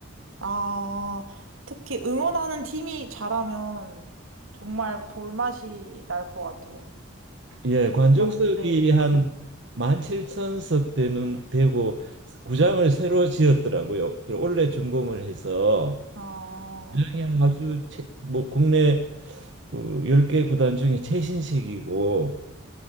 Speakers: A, on the right (about 75°); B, on the right (about 60°).
A: 아, 특히 응원하는 팀이 잘하면 정말 볼맛이 날 것 같아요.
B: 예, 관중석이
A: 맞- 네.
B: 한 17,000석 되는 되고 구장을 새로 지었더라고요. 그 원래 준공을 해서
A: 아,
B: 구장이 아주 최, 뭐 국내 그 열 10개 구단 중에 최신식이고